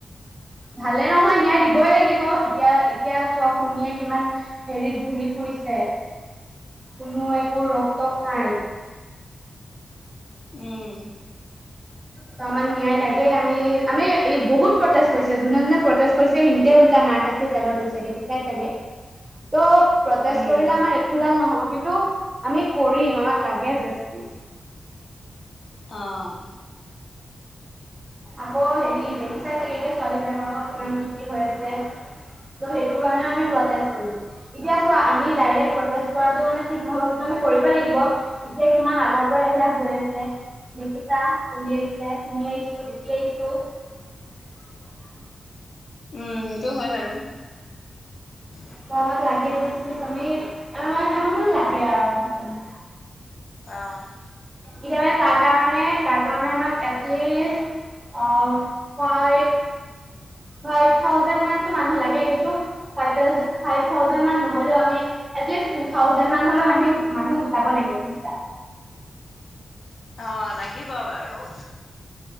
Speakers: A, on the right; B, on the left.
A: ভালে নহয় নিয়ায় দিবই লাগিব এতিয়া এতিয়া চোৱা শুনীয়ে কিমান হেৰিত ঘূৰি ফুৰিছে কোনো একো ৰক্তক্তক নাই।
B: উম
A: ত আমাক ন্যায় লাগে আমি আমি এই বহুত প্ৰটেষ্ট কৰিছে যোনে যোনে প্ৰটেষ্ট কৰিছে সিতে উল্টটা মাৰ খাইছে জেলত গছে দেখি চাই চাগে ত' প্ৰটেষ্ট
B: উম
A: কৰিলে আমাৰ একোাল নহ'ব। কটো আমি কৰিম আমাক লাগে জাি
B: অ'।
A: আকৌ, হেৰি, দেখিছাই চাগে, এতিয়া, ছোৱালীবিলাকৰ লগত কিমান কি কি হৈ আছে। ত', সেইটো কাৰণেও, আমি প্ৰটেষ্ট কৰিম। এতিয়া, চোৱা, আমি ডাইৰেক্ট প্ৰটেষ্ট কৰাটো, মানে, ঠিক নহ'ব। কিন্তু, আমি কৰিবই লাগিব। এতিয়া, কিমান আগৰ পৰা এইবিলাক হৈ আছে, দেখিছা, চলি আহিছে, শুনি আহিছোঁ <unintelligible>
B: উম। সেইটো হয় বাৰু <inaudible>
A: পাবক লাগে যস্তি তমি <unintelligible> লাগে আৰু <inaudible>
B: অ'।
A: এতিয়া মানে তাৰ কাৰণে তাৰ কাৰণে আমাক এটলিষ্ট অ' ফাইভ ফাইভ থাওজেন্ড মানটো মানুহ‌ লাগেই ন, ফাইভ থাওজেন্ড মান নহ'লেও আমি এই টো থাওজেন্ড মানটো‌ গটাব লাগিব।
B: অ' লাগিব বাৰু।